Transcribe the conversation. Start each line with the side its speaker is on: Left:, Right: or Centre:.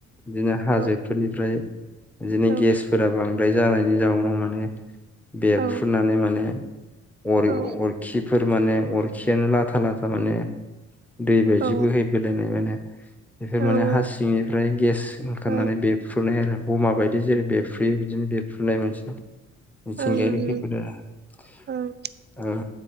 Centre: बिदिनो हाजोफोरनिफ्राय
Right: औ
Centre: बिदिनो
Right: औ
Centre: गेसफोरा बांद्राय जानायनि जाउनाव माने बेरफ्रुनानै
Right: औ
Centre: माने अर
Right: औ
Centre: अरखि फोर माने अरखियानो लाथा लाथा माने दै बायदि
Right: औ
Centre: बोहैबोलायनाय माने बेफोर
Right: औ
Centre: माने हासिंनिफ्राय गेस ओंखारनानै
Right: औ
Centre: बेफ्रुनाय आरो। बमा बायदि जेरै बेफ्रुयो बिदिनो बेु फुनाय मोनसे। मिथिंगायारि
Right: औ ओं
Centre: खैफोदा <inaudible>
Right: ओं
Centre: औ